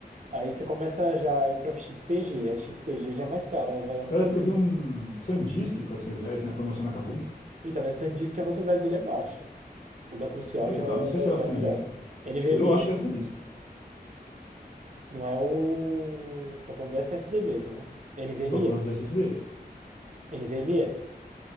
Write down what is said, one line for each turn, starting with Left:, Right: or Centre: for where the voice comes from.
Right: Aí você começa já a ir pra XPG. Aí XPG já é mais caro, aí vai um
Left: Parece
Right: 600.
Left: que eu vi um SanDisk 400 reais na promoção na Kabum.
Right: Então, mas você diz que a velocidade dele é baixa. O da Crucial
Left: Sei
Right: já
Left: lá,
Right: é,
Left: não sei se era
Right: já
Left: SanDisk.
Right: é melhor. NVMe,
Left: Acho que- Eu acho que é SanDisk.
Right: não é o. Você tá falando do SSD mesmo, né? NVMe.
Left: Estou falando de SSD.
Right: NVMe.